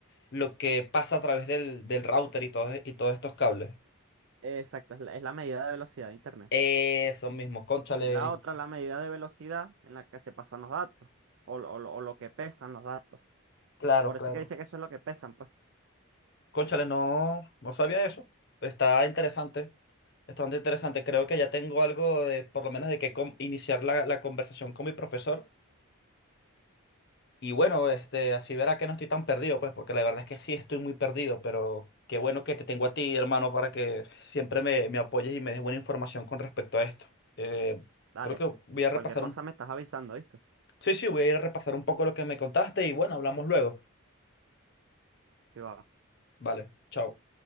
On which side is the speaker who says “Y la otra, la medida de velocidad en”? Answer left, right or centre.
Right